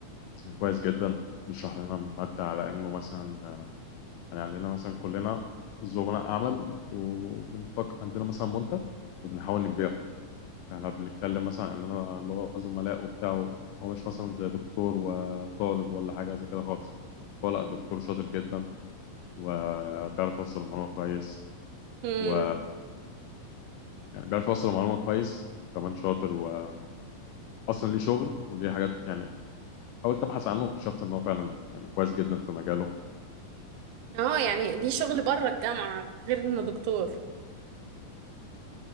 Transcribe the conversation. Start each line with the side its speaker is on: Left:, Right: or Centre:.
Left: كويس جدا بيشرح لنا مادة على إنه مثلا آه، يعني علينا مثلا كلنا زملاء عمل وبنفكر عندنا مثلا منتج وبنحاول نبيعه احنا بنتكلم مثلا إننا اللي هو زملاء وبتاع هو مش مثلا زي دكتور وطالب ولا حاجة زي كده خالص هو لا الدكتور شاطر جدا وبيعرف يوصل المعلومة كويس
Right: امم
Left: و يعني بيعرف يوصل المعلومة كويس كمان شاطر وأصلا ليه شغل وليه حاجات يعني حاولت أبحث عنه واكتشفت إن هو فعلا يعني كويس جدا في مجاله
Right: اه يعني دي شغل بره الجامعة غير انه دكتور